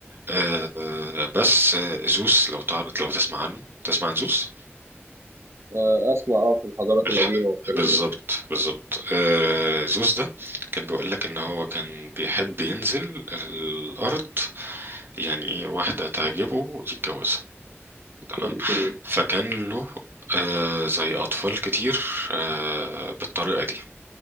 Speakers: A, on the right; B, on the right.
A: آه، آه، بس آه، زوس لو تعرف لو تسمع عنه تسمع عن زوس
B: آه، أسمع اه في الحضارات
A: بالحق
B: القديمة والكلام
A: بالظبط
B: ده
A: بالظبط آه، زوس ده كان بيقول لك ان هو كان بيحب ينزل الارض يعني ايه واحدة تعجبه يتجوزها تمام
B: أوكي
A: فكان له آه، زي اطفال كتير آه، بالطريقة دي